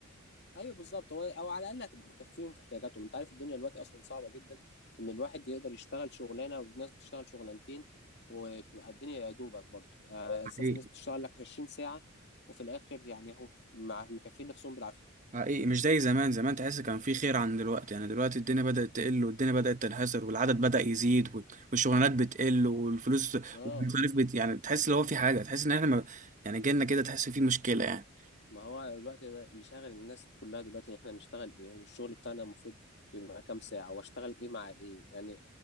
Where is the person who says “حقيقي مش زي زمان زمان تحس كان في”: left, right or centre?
Right